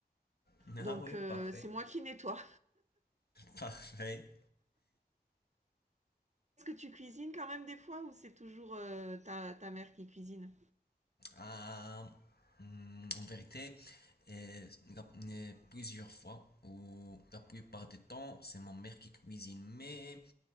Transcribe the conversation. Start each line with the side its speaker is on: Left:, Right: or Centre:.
Left: <laughs> Ah
Right: Donc
Left: oui,
Right: euh,
Left: parfait.
Right: c'est moi qui nettoie.
Left: Parfait.
Right: Est-ce que tu cuisines quand même des fois ou c'est toujours euh, ta, ta mère qui cuisine
Left: Euh, hum, en vérité, euh, la- euh, plusieurs fois, ou la plupart du temps, c'est ma mère qui cuisine. Mais,